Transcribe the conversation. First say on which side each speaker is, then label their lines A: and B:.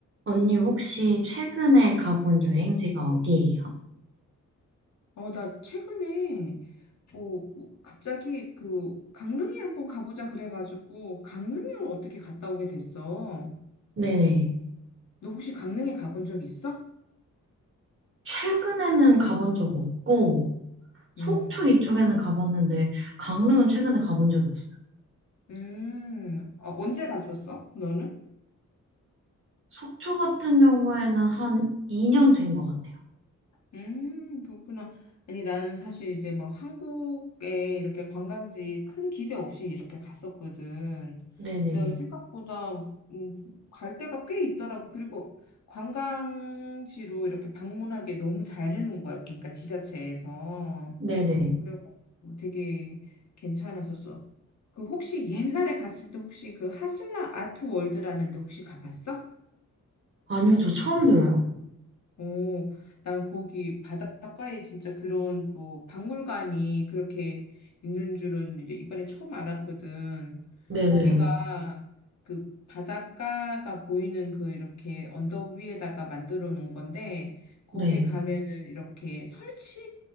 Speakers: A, on the right (about 40°); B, on the left (about 65°).
A: 언니 혹시 최근에 가본 여행지가 어디예요?
B: 어, 나 최근에 뭐 갑자기 그 강릉에 한번 가보자 그래가지고 강릉을 어떻게 갔다 오게 됐어?
A: 네네.
B: 너 혹시 강릉에 가본 적 있어?
A: 최근에는 가본 적 없고, 속초
B: 음,
A: 이쪽에는 가봤는데, 강릉은 최근에 가본 적이 없어요.
B: 음, 어, 언제 갔었어? 너는?
A: 속초 같은 경우에는 한 2년 된 것 같아요.
B: 음, 그렇구나. 아니, 나는 사실 이제 막 한국에 이렇게 관광지 큰 기대 없이 이렇게 갔었거든.
A: 네네.
B: 근데 생각보다 음, 갈 데가 꽤 있더라고. 그리고 관광지로 이렇게 방문하게 너무 잘 해놓은 거야. 그러니까 지자체에서.
A: 네네.
B: 그래가지고 되게 괜찮았었어. 그 혹시 옛날에 갔을 때 혹시 그 하슬라 아트 월드라는 데 혹시 가봤어?
A: 아니요, 저 처음 들어요.
B: 오, 난 거기 바닷가에 진짜 그런 또 박물관이 그렇게 있는 줄은 이제 이번에 처음 알았거든.
A: 네네.
B: 거기가 그 바닷가가 보이는 그 이렇게 언덕 위에다가 만들어 놓은 건데, 거기에
A: 네.
B: 가면은 이렇게 설치